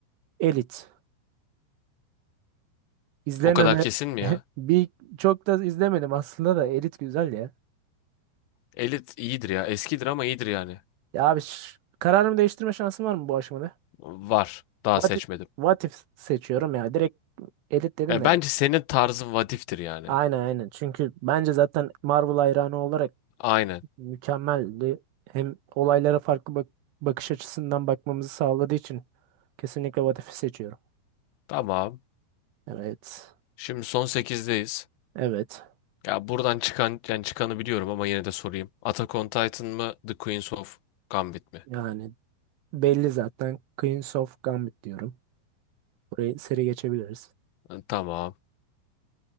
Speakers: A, on the right; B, on the left.
A: Elite. İzlememe
B: O kadar kesin mi
A: <laughs>
B: ya?
A: bir çok da izlemedim aslında da Elit güzel ya.
B: Elite iyidir ya. Eskidir ama iyidir yani.
A: Ya abi şş, kararımı değiştirme şansım var mı bu aşamada?
B: Var. Daha
A: What,
B: seçmedim.
A: What If seçiyorum ya. Direkt Elit dedim
B: Ya
A: de.
B: bence senin tarzın What If'tir yani.
A: Aynen aynen. Çünkü bence zaten Marvel hayranı olarak
B: Aynen.
A: mükemmeldi. Hem olaylara farklı bak- bakış açısından bakmamızı sağladığı için kesinlikle What If'i seçiyorum.
B: Tamam.
A: Evet.
B: Şimdi son sekizdeyiz.
A: Evet.
B: Ya buradan çıkan yani çıkanı biliyorum ama yine de sorayım. Attack on Titan mı, The Queens of Gambit mi?
A: Yani belli zaten. Queens of Gambit diyorum. Burayı seri geçebiliriz.
B: Ha, Tamam.